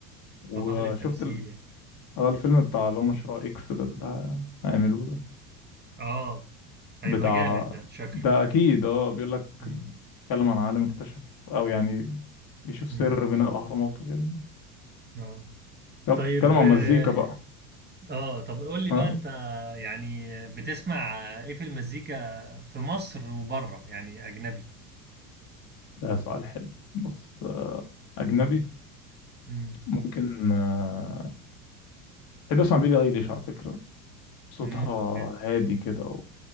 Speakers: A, on the left (about 45°); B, on the right (about 20°).
A: وشفت
B: فطاحل التمثيل
A: ال...
B: يعني
A: اه الفيلم بتاع اللي هو مشروع اكس ده اللي هيعملوه ده
B: اه هيبقى
A: بتاع
B: جامد ده شكله
A: ده اكيد اه بيقول لك
B: امم
A: بيتكلم عن عالم اكتشف او يعني بيشوف سر
B: امم
A: بناء الاهرامات وكده
B: اه
A: طب
B: طيب
A: بيتكلم عن
B: اه
A: مزيكا بقى
B: آه، طب قول لي
A: ها
B: بقى انت يعني بتسمع ايه في المزيكا في مصر وبره يعني اجنبي
A: ده سؤال حلو بص آه، اجنبي
B: امم
A: ممكن آه، بحب اسمع بيلي ايليش على فكرة صوتها
B: امم حلو
A: هادي كده